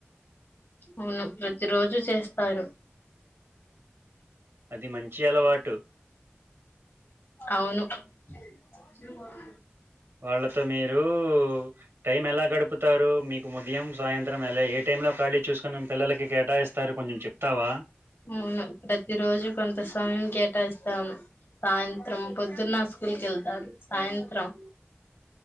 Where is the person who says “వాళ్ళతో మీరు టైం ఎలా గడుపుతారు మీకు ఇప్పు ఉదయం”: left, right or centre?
Right